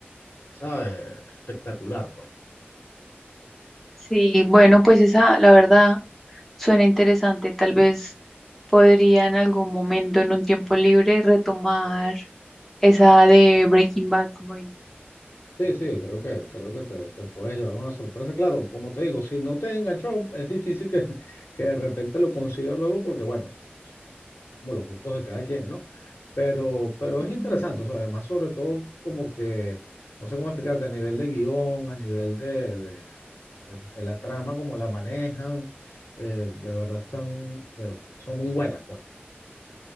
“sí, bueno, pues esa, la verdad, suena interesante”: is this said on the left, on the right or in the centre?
Centre